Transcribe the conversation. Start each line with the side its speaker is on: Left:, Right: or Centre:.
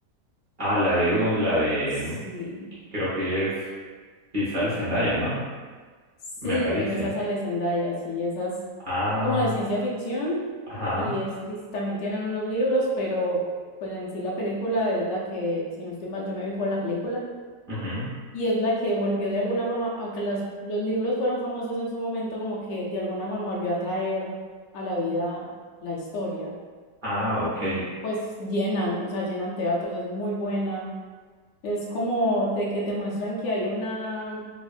Right: Ah, la de Dune, la de
Left: Sí.
Right: mm, creo que es. Sí, sale Zendaya, ¿no?
Left: Sí,
Right: Me parece.
Left: en esa sale Zendaya, sí, esas
Right: Ah,
Left: como de ciencia ficción
Right: ajá.
Left: y, es, y también tienen unos libros, pero pues en sí la película es la que, si no estoy mal, yo me vi fue la película
Right: ujú.
Left: y es la que volvió de alguna forma, aunque las, los libros fueron famosos en su momento, como que de alguna forma volvió a traer a la vida la historia
Right: Ah, ok.
Left: y pues llenan, o sea, llenan teatros, es muy buena, es como de que te muestran que hay una